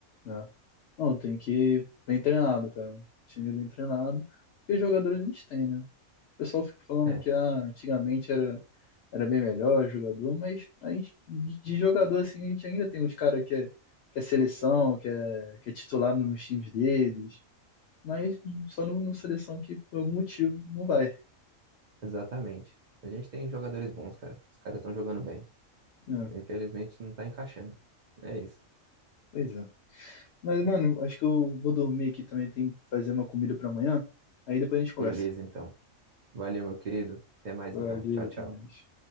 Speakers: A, on the left (about 65°); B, on the right (about 50°).
A: é. Não, tem que ir bem treinado, cara. Um time bem treinado. Porque jogadores a gente tem, né? O pessoal fica falando
B: É,
A: que ah, antigamente era, era bem melhor jogador, mas a gente, de de jogador, assim, a gente ainda tem uns caras que é, que é seleção, que é, que é titular nos times deles. Mas só no, no seleção que por algum motivo não vai.
B: exatamente. A gente tem jogadores bons, cara. Os caras estão jogando bem.
A: É,
B: Infelizmente não tá encaixando. É isso.
A: pois é. Mas, mano, acho que eu vou dormir aqui também. Tem que fazer uma comida pra amanhã. Aí depois a gente conversa.
B: Beleza, então. Valeu, meu querido. Até mais,
A: Valeu,
B: então. Tchau,
A: até
B: tchau.
A: mais.